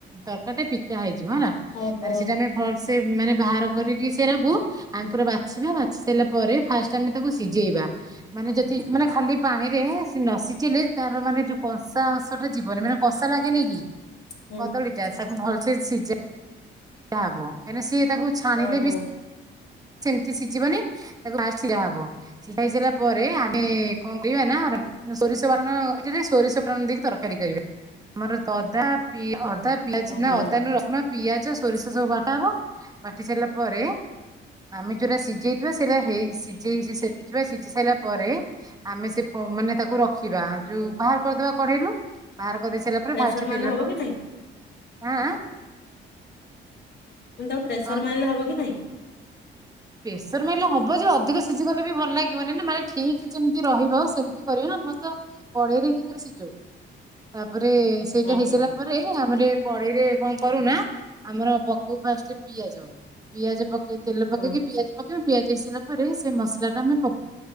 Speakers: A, on the right; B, on the left.
A: ତରକାରୀ ଟା ପିତା ହେଇଯିବ ହେଲା।
B: ଓହୋ
A: ସେଇଟା ଆମେ ଭଲସେ ମାନେ ବାହାର କରିକି ସେରାକୁୁ ଆମେ ପୁରା ବା ବାଛିବା ବାଛି ସାରିଲା ପରେ ଫାଷ୍ଟ ଆମେ ତାକୁ ସିଝେଇବା। ମାନେ ଯଦି ମାନେ ଖାଲି ପାଣିରେ ସେ ନ ସିଝିଲେ ତାର ମାନେ ଯୋଉ କଂସାସ ଟା ଯିବନି ମାନେ କସା ଲାଗେ ନିକି?
B: ହୁଁ
A: କଦଳୀ ଟା ତାକୁ ଭଲସେ ସିଝା ହବ କାହିଁକି ସିଏ ତାକୁ ଛାଣିଲେ
B: ଓହୋ
A: ବି କିଛି ସିଝିବନି ତାକୁ ସିରା ହବ ସିଝା ହେଇ ସାରିଲା ପରେ ଆମେ କଣ କହିବା ନା ସୋରିଷ ବାଟଣ <unintelligible> ଏଠରେ ସୋରିଷ ପାଟଣ ଦେଇକି ତରକାରୀ କରିବା ଆମର ଅଦା ପି ଅଦା ପିଆଜ
B: ଓହୋ
A: ନା ଅଦା ରସୁଣ ପିଆଜ ସୋରିଷ ସବୁ ବାଟାହବ ବାଟି ସାରିଲା ପରେ ଆମେ ଯୋଉଟା ସିଝାଇଥିବା ସେଇଟା ହେଇ ସି ସିଝି ସାରିଲା ପରେ ଆମେ ସେ ମାନେ ତାକୁ ର ରଖିବା ଯୋଉ
B: ହୁଁ।
A: ବାହାର କରିଦବା କଡେଇରୁୁ ବାହାର କରିଦେଇ ସାରିଲା ପରେ
B: ପ୍ରେସର
A: ଫାଷ୍ଟ
B: ମାରିଲେ
A: ତେଲ
B: ହବ
A: ପ
B: କି ନାଇଁ
A: ଆଁ ଆଁ
B: କିନ୍ତୁ ତାକୁ ପ୍ରେସର
A: କଣ
B: ମାଇଲେ ହବ କି ନାଇଁ?
A: ପେସର ମାଇଲେ ହବ ଯେ ଅଧିକ ସିଝି ଗଲେ ବି ଭଲ ଲାଗିବନାଇ ନା, ମାନେ ଠିକ୍ ଯେମିତି ରହିବ ସେମିତି କରିବ ନା ହତ କଡେଇରେ ହିଁ ସିଝାଉ ତାପରେ ସେଇଟା
B: ଓହୋ
A: ହେଇସାରିଲା ପରେ ଆମର କଡେଇରେ କଣ କରୁନା ଆମର ପକଉ ଫାଷ୍ଟ ପିଆଜ ପିଆଜ ପକେଇ ତେଲ
B: ହଁ
A: କି ପିଆଜ ପକେଇବ ପିଆଜ ହେଇସାରିଲା ପରେ ସେ ମସଲା ଟା ଆମେ ପକଉ